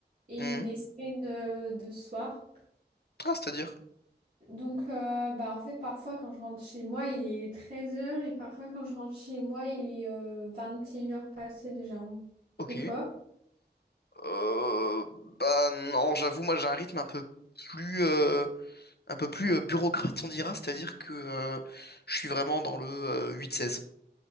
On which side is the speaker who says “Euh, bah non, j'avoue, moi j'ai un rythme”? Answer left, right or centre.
Left